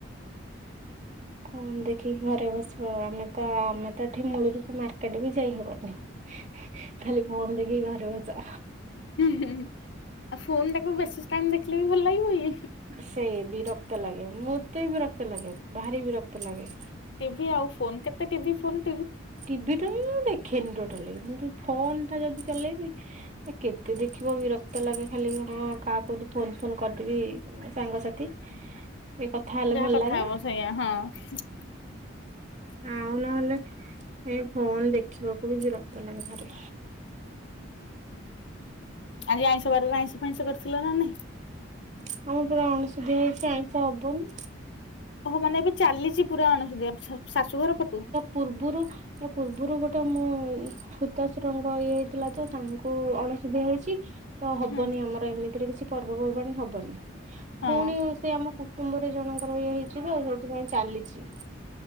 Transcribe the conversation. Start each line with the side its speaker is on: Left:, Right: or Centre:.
Right: ଫୋନ୍ ଦେଖିକି ଘରେ ବସିବ ଆମେ ତ ଆମେ ତ ଏଠି ମୁଳୁରୁ ମାର୍କେଟ୍ ବି ଯାଇ ହବନି।
Left: <inaudible>
Right: ଖାଲି ଫୋନ୍ ଦେଖି ଘରେ ବସ।
Left: ହୁଁ-ହୁଁ-ହୁଁ ଆଉ ଫୋନ୍ ଟାକୁ ବେଶୀ ଟାଇମ୍ ଦେଖିଲେ ବି ଭଲ୍ ଲାଗିବ କି, ଉଁହୁଁ।
Right: ସେ ବିରକ୍ତ ଲାଗେ, ମୋତେ ବିରକ୍ତ ଲାଗେ ଭାରି ବିରକ୍ତ ଲାଗେ।
Left: ଟିଭି ଆଉ ଫୋନ୍, କେତେ ଟିଭି ଫୋନ୍
Right: ଟିଭି ତ ମୁଁ ଦେଖେନି ଟୋଟାଲି, କିନ୍ତୁ ଫୋନ୍ ଟା ଯଦି ଚଲେଇବି କେତେ ଦେଖିବ ବିରକ୍ତ ଲାଗେ ଖାଲି, ହଁ କାହାକୁ ଯଦି ଫୋନ୍-ଫୋନ୍ କରିଦେବି ସାଙ୍ଗସାଥି। ଟିକେ କଥା ହେଲେ
Left: ଯାହା
Right: ଭଲ
Left: କଥା
Right: ଲାଗେ
Left: ହବ ସେଇାଆ ହଁ।
Right: ଆଉ ନହେଲେ ଏ ଫୋନ୍ ଦେଖିବାକୁ ବି ବିରକ୍ତ ଲାଗେ ଘରେ।
Left: ଆଜି ଆଇଁଷ ବାରରେ ଆଇଁଷ ଫାଇଁସ କରିଥିଲ ନା ନାଇଁ?
Right: ଆମର ପୁରା ଅଣଷୁଧିଆ ହେଇଛି ଆଇଁଷ ହବନି।
Left: ଓହୋ, ମାନେ ଏବେ ଚାଲିଛି ପୁରା ଅଣସୁଧିଆ ଶାଶୁଘର ପଟୁ?
Right: ପୂର୍ବୁରୁ ଆ ପୂର୍ବୁରୁ ଗୋଟା ମୋ ଖୁତାଶୁରଙ୍କ ଇଏ ହେଇଥିଲା ତ ତାଙ୍କୁ ଅଣସୁଧିଆ ହେଇଚି। ତ ହବନି।
Left: ହୁଁ
Right: ଆମର ଏମିତିରେ କିଛି ପର୍ବପର୍ବାଣି ହବନି।
Left: ହଁ
Right: ପୁଣି ସେ ଆମ କୁଟୁମ୍ବ ଗୋଟେ ଜଣଙ୍କର ଇଏ ହେଇଛି ତ। ସେଇଥିପାଇଁ ଚାଲିଚି।